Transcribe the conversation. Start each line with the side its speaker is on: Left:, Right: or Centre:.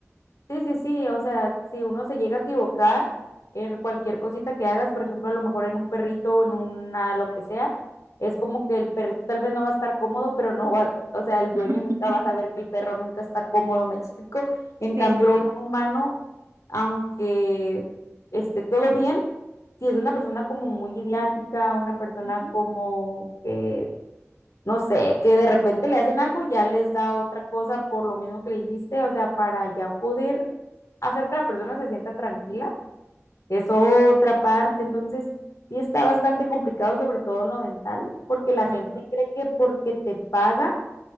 Left: Sí, sí, sí, o sea, si uno se llega a equivocar en cualquier cosita que hagas, por ejemplo, a lo mejor en un perrito o en una lo que sea, es como que el perrito tal vez no va a estar cómodo, pero no va, o sea, el dueño
Right: <laughs>
Left: nunca va a saber que el perro nunca está cómodo, ¿me explico? En cambio,
Right: Sí, sí.
Left: un humano, aunque esté todo bien, si es una persona como muy idiática, una persona
Right: Ujú.
Left: como que no sé, que de repente le hacen algo y ya les da otra cosa por lo mismo que le hiciste, o sea, para ya poder hacer que la persona se sienta tranquila, es otra parte, entonces sí está bastante complicado, sobre todo en lo dental, porque la gente
Right: Ujú.
Left: cree que porque te paga,